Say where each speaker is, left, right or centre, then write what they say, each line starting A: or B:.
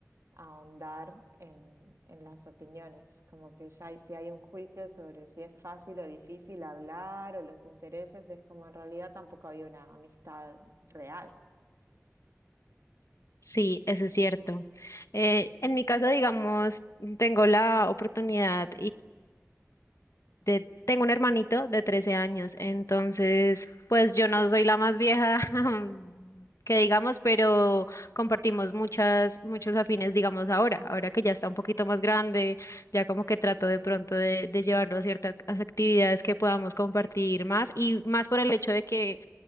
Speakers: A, on the right; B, on the left.
A: ahondar en, en las opiniones, como que ya hay- si hay un juicio sobre si es fácil o difícil hablar o los intereses, es como en realidad tampoco había una amistad real.
B: Sí, eso es cierto. Eh, en mi caso, digamos, tengo la oportunidad de, tengo un hermanito de 13 años, entonces, pues yo no soy la más vieja <laughs> que digamos, pero compartimos muchas, muchos afines, digamos, ahora, ahora que ya está un poquito más grande, ya como que trato de pronto de, de llevarlo a ciertas actividades que podamos compartir más y más por el hecho de que